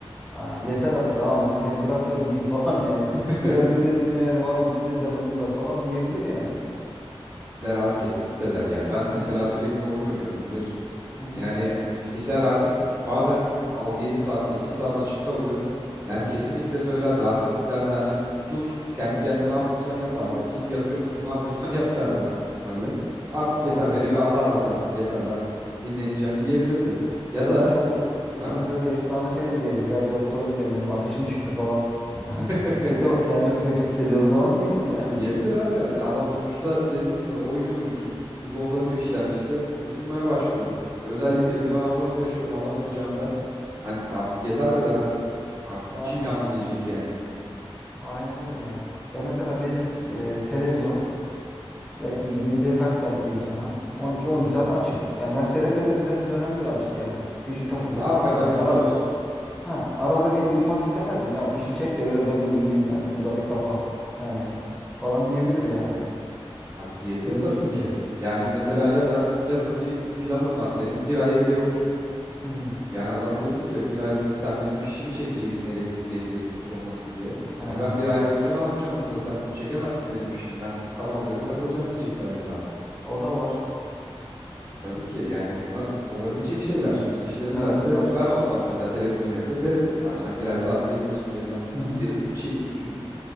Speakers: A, in the centre; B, on the right.
A: "Ha, yeter artık ağam hani beni bırak da gideyim <laughs> falan yani.
B: <laughs>
A: Biraz biz de dinlenelim abi bizim de canımız var falan diyebilir yani.
B: Der abi kesinlikle der ya. Ben mesela
A: Aha,
B: sürekli oyun oynuyorum biliyorsun.
A: hı hı,
B: Yani bilgisayar artık bazen altı yedi saat 8 saat açık kalıyor. Yani
A: hı hı.
B: kesinlikle söylerdi artık derdi hani bir dur kendi kendine ne yapıyorsan yap abi. Git yatıyor musun ne yapıyorsan <laughs> yap derdi bana büyük ihtimalle. Artık
A: Yani
B: yeter beni bir azat et artık yeter ben dinleneceğim diyebilirdi.
A: ya
B: Ya
A: da
B: da
A: bu çok ı- ısındığı
B: ha.
A: bir esnada şey de diyebilir. Ya bir doktora gidelim benim ateşim çıktı falan. Yani
B: <laughs>
A: kötü kendimi kötü hissediyorum falan diyebilir yani.
B: Diyebilir abi yani adam sonuçta dediği gibi oyunu oynuyorsun zorlanıyor
A: Hı hı.
B: işlemcisi ısınmaya başlıyor. Özellikle
A: Hı.
B: bir de ben Adana'da yaşıyorum Adana sıcağında hani artık yeter be der hani artık
A: Yani
B: içim yandı diyecek yani.
A: aynen öyle ya. Ya mesela benim e, televizyon belki günde kaç saat diyeyim sana? on iki on üç saat açık. Yani ben seyretmediğim dö- dönemde de açık yani. Fişi takılı.
B: Ve arkadan
A: Yani
B: gürültü
A: ara
B: olsun
A: ha arada bir uyumak istemez mi ya? Fişi çek de biraz ben de uyuyayım yani. Bu da bir kafa yani falan diyebilir yani.
B: abi diyebilir
A: Öyle
B: tabii
A: düşünüyorum.
B: ki. Yani mesela ya da yazın bir planın var senin bir ay evde yoksun.
A: Hı hı.
B: Yani adam diyebilir ki ya bir ay sen benim fişimi çekeceksin elektrikle ilgili sıkıntı olmasın diye.
A: Ha,
B: E ben bir ay boyunca ne yapacağım burada sen çekemezsin benim fişimi ben kafama göre takılacağım diyecek belki de adam.
A: o da var.
B: E Tabii ki yani bunlar olabilecek şeyler. Bilinçlenirlerse
A: Evet bunlar.
B: ben olsam mesela televizyon önlerinde derim. Abi sen bir ay tatile gidiyorsun diye ben
A: Hı hı.
B: benim şeyim suçum ne?